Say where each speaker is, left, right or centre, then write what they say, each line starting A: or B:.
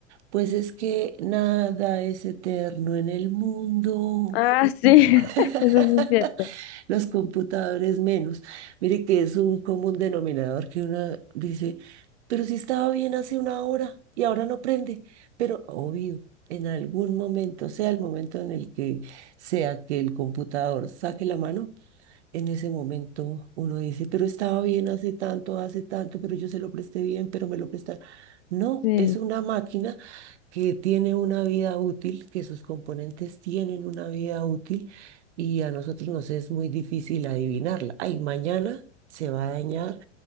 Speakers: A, on the right; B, on the left.
A: Pues es que nada es eterno en el mundo.
B: Ah, sí, <laughs>
A: <laughs>
B: eso sí es cierto.
A: Los computadores menos. Mire que es un común denominador que una dice, pero si estaba bien hace una hora y ahora no prende. Pero obvio, en algún momento, sea el momento en el que sea que el computador saque la mano, en ese momento uno dice, pero estaba bien hace tanto, hace tanto, pero yo se lo presté bien, pero me lo prestaron. No,
B: Sí,
A: es una máquina que tiene una vida útil, que sus componentes tienen una vida útil y a nosotros nos es muy difícil adivinarla. Ay, mañana se va a dañar